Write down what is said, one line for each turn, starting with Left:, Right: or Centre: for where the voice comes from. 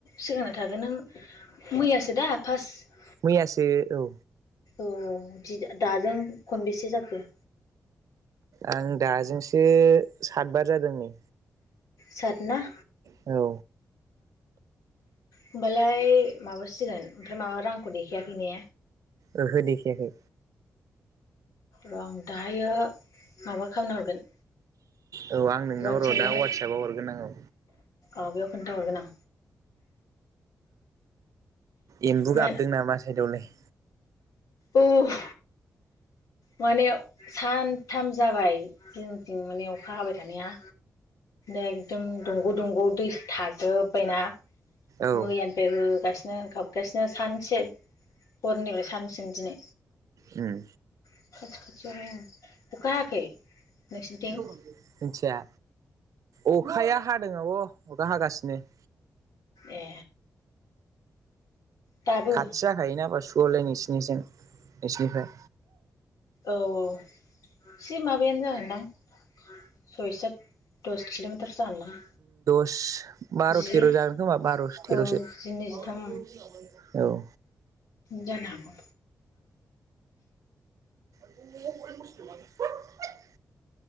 Left: सिगांना थागोन नों मैयासो दा फार्स्ट
Right: मैयासो औ।
Left: औ दि-दाजों खनबेसे जाखो?
Right: आं दाजोंसो सातबार जादों नै।
Left: सातना?
Right: औ
Left: होमबालाय माबासिगोन ओमफाय माबा रांखौ देखायाखै ने?
Right: ओहो देखायाखै
Left: र' आं दाहायो माबा खामना हरगोन।
Right: औ आं नोंनाव
Left: वाट्सएपावहाय
Right: र' दा वाटसापआव हरगोन आं औ।
Left: औ बेयाव खोन्थाहरगोन आं।
Right: एम्बु
Left: मा
Right: गाबदों नामा साइदआवलाय?
Left: उह माने सानथाम जाबाय जोंनिथिं माने अखा हाबाय थानाया। एकदम दंग' दंग' दै थाजोबबायना।
Right: औ
Left: मैयानिफ्राय होगासिनो गाबगासिनो सानसे। हरनिफ्राय सानसिम दिनै।
Right: उम
Left: <unintelligible> अखा हायाखै नोंसिनिथिं
Right: मिनथिया अखाया हादों आब' अखा हागासि <unintelligible>
Left: ए दाबो
Right: खाथि जाखायोनाबा सु औलाय नोंसिनिजों नोंसोरनिफ्राय
Left: औ औ सि माबायानो जागोनदां सय साथ दस किल' थोरसो जागोनदां।
Right: <unintelligible> बार'
Left: जि
Right: थेर' जागोन खोमा बार' थेर'सो
Left: औ जिनै जिथाम
Right: औ।
Left: जानो हागौ।
Right: <unintelligible>